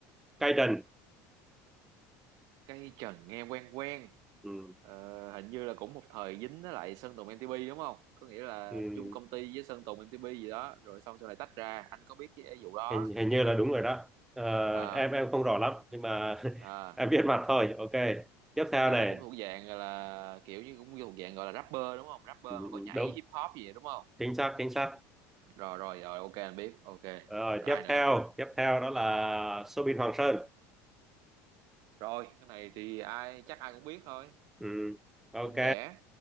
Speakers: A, in the centre; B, on the right.
A: Cây Trần
B: Cây Trần nghe quen quen
A: ừ.
B: Ờ, hình như là cũng một thời dính với lại Sơn Tùng MTP đúng không có nghĩa là
A: ừ,
B: chung công ty với Sơn Tùng MTP gì đó rồi xong sau này tách ra anh có biết cái vụ đó
A: hình hình như là đúng rồi đó Ờ,
B: à
A: em em không rõ lắm nhưng mà <laughs>
B: à
A: em biết mặt thôi ok tiếp
B: nói
A: theo
B: chung
A: này
B: là cũng thuộc dạng gọi là kiểu như cũng thuộc dạng gọi là rapper đúng không rapper
A: Ừ, ừ,
B: mà có
A: ừ,
B: nhảy
A: đúng
B: hip hop gì vậy đúng không
A: chính xác chính xác
B: rồi rồi rồi ok anh biết ok
A: rồi
B: rồi
A: tiếp
B: ai nữa
A: theo tiếp theo đó là Soobin Hoàng Sơn
B: rồi cái này thì ai chắc ai cũng biết thôi
A: ừ, ok
B: cũng trẻ